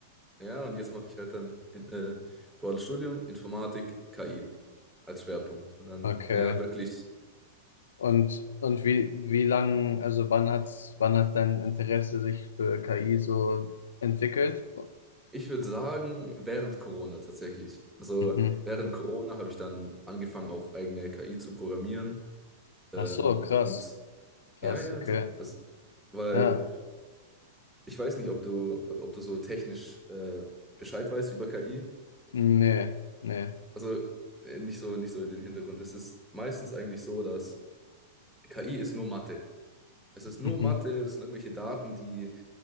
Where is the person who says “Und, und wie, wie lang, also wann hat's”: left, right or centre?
Left